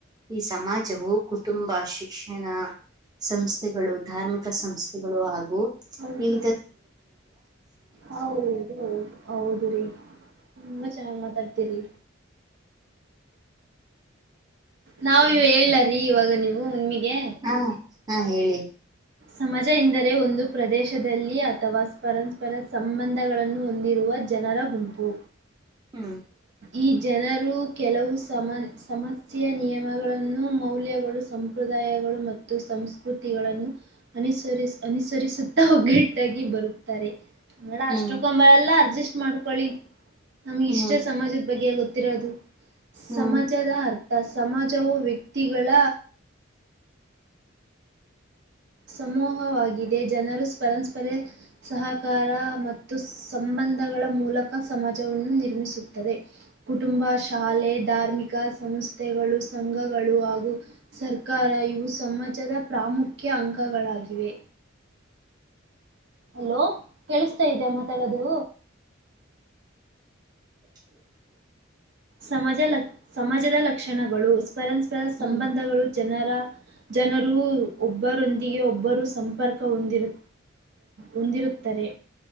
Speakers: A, on the right (about 20°); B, on the right (about 60°).
A: ಈ ಸಮಾಜವು ಕುಟುಂಬ ಶಿಕ್ಷಣ ಸಂಸ್ಥೆಗಳು ಧಾರ್ಮಿಕ ಸಂಸ್ಥೆಗಳು ಹಾಗ
B: ಹೌದು
A: ಹ
B: ಹೌದು ಹೌದು ರೀ ತುಂಬಾ ಚೆನ್ನಾಗಿ್ ಮಾತಾಡ್ತಿರಿ ನಾವ ಇವ ಹೇಳ್ಲಾರಿೀ ಇವಾಗ ನೀವು ನಿಮಗೆ
A: ಹಾ ಹಾ ಹೇಳಿ
B: ಸಮಾಜ ಎಂದರೆ ಒಂದು ಪ್ರದೇಶದಲ್ಲಿ ಅಥವಾ ಪರಂಸ್ಪರ ಸಂಬಂಧಗಳನ್ನು ಹೊಂದಿರುವ ಜನರ ಗುಂಪು
A: ಹ್ಮ್
B: ಈ ಜನರು ಕೆಲವು ಸಮನ್ ಸಮಸ್ಯೆಯ ನಿಯಮಗಳನ್ನು ಮೌಲ್ಯಗಳು ಸಂಪ್ರದಾಯಗಳು ಮತ್ತು ಸಂಸ್ಕೃತಿಗಳನ್ನು ಅನುಸರಿಸ ಅನುಸರಿಸುತ್ತಾ ಒಗ್ಗಟ್ಟಾಗಿ ಬರುತ್ತಾರೆ ಅಡ
A: ಹ್ಮ್
B: ಅಷ್ಟೊಕ್ಕೊಂಬಳ ಎಲ್ಲ ಅರ್ಜ ಇಷ್ಟ ಮಾಡ್ಕೊಳ್ಳಿ ನಮ್ಗೆ
A: ಹ್ಮ್
B: ಇಷ್ಟೇ ಸಮಾಜದ ಬಗ್ಗೆ ಗೊತ್ ತಿರೋದು
A: ಹ್ಮ್
B: ಸಮಾಜದ ಅರ್ಥ ಸಮಾಜವು ವ್ಯಕ್ತಿಗಳ, ಸಮೂಹವಾಗಿದೆ ಜನರು ಪರಂಸ್ಪರೆ ಸಹಕಾರ ಮತ್ತು ಸಂಬಂಧಗಳ ಮೂಲಕ ಸಮಾಜವನ್ನು ನಿರ್ಮಿಸುತ್ತದೆ ಕುಟುಂಬ ಶಾಲೆ ಧಾರ್ಮಿಕ ಸಂಸ್ಥೆಗಳು ಸಂಘಗಳು ಹಾಗೂ ಸರ್ಕಾರ ಇವು ಸಮಾಜದ. ರಾಮು. ಮುಖ್ಯ ಅಂಕಗಳಾಗಿವೆ. ಅಲೋ ಕೇಳಿಸ್ತಾ ಇದ್ಯಾ ಮಾತಾಡೋದು.
A: <inaudible>
B: ಸಮಾಜ ಲ ಸಮಾಜದ ಲಕ್ಷಣಗಳು ಪರಸ್ಪರ ಸಂಬಂಧಗಳು
A: ಹ್ಮ್ ಹ್ಮ್
B: ಜನ ಜನರು ಒಬ್ಬರೊಂದಿಗೆ ಒಬ್ಬರು ಸಂಪರ್ಕ ಹೊಂದಿರು ಹೊಂದಿರುತ್ತಾರೆ.